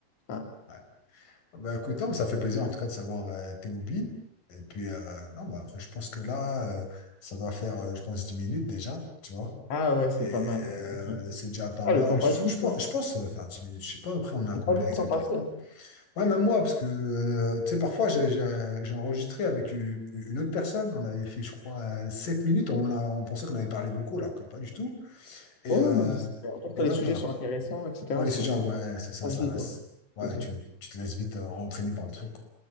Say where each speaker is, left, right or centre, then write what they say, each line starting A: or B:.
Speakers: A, on the left (about 50°); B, on the left (about 80°).
A: Ah,
B: Ouais. Bah, écoute, non, mais ça fait plaisir en tout cas de savoir euh, tes hobbies. Et puis, euh, non, bah, après, je pense que là, euh, ça doit faire, euh, je pense, 10 minutes déjà, tu vois.
A: Ah ouais, c'est
B: Et
A: pas
B: euh,
A: mal. ouais, ok.
B: c'est déjà pas
A: Ah,
B: mal.
A: le temps
B: Je,
A: passe vite,
B: je pense,
A: hein.
B: je pense euh, faire 10 minutes. Je sais pas, après, on est à
A: J'ai
B: combien
A: pas vu
B: exactement.
A: le temps passer. hein.
B: Ouais, même moi, parce que, euh, tu sais, parfois, j'ai j'ai- j'ai enregistré avec une une autre personne. On avait fait, je crois, euh, 7 minutes. On, a, on pensait qu'on avait parlé beaucoup, alors que pas du tout. Et,
A: Oh,
B: euh,
A: non, mais c'est- en fait, quand
B: et là,
A: les sujets
B: pas.
A: sont intéressants, etc.,
B: premier
A: c'est
B: sujet
A: c'est-
B: ouais,
A: ça
B: c'est ça,
A: passe
B: ça.
A: vite. ouais.
B: c'est-
A: Ça
B: Ouais,
A: passe vite.
B: tu, tu te laisses vite euh, entraîner par le truc.